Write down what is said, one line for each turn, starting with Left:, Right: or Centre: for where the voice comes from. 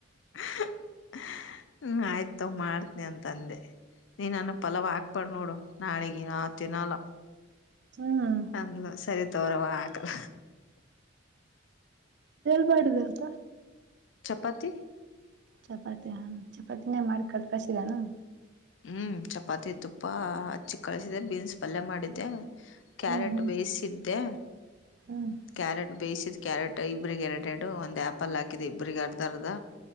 Left: <inaudible> ಹ್ಮ ಆಯ್ತವ ಮಾಡ್ತನಿ ಅಂತಂದೆ ನೀ ನನ್ನ ಪಲವ ಹಾಕ್ಬಾರು ನೋಡು ನಾಳೆಗೆ ನತ್ತಿನಳ
Right: ಹ್ಮ್
Left: ಅಂದಲ ಸರಿ ತೋರಾವ ಆಕಲ
Right: ಮಾಡಡುದ ಅಂತ
Left: ಚಪಾತಿ
Right: ಚಪಾತಿಯ ಹಾ ಚಪಾತಿನೇ ಮಾಡಿ ಕಳ್ ಕಳ್ಸಿದಾನ
Left: ಹ್ಮ್ ಚಪಾತಿ ತುಪ್ಪ ಹಚ್ಚಿ ಕಳಸಿದೆೆ ಬೀನ್ಸ್ ಪಲ್ಯ ಮಾಡಿದ್ದೆ ಕ್ಯಾರೆಟ್
Right: ಹ್ಮ್ ಹ್ಮ್
Left: ಬೇಯಿಸಿದ್ದೆ
Right: ಹ್ಮ್
Left: ಕ್ಯಾರೆಟ್ ಬೇಯಿಸಿ ಕ್ಯಾರೆಟ್ ಇಬ್ರ ಕ್ಯಾರೆಟ್ ಎಡು ಒಂದು ಆ್ಯಪಲ್ ಹಾಕಿದ ಇಬ್ರ ಅರ್ಧ ಅರ್ಧ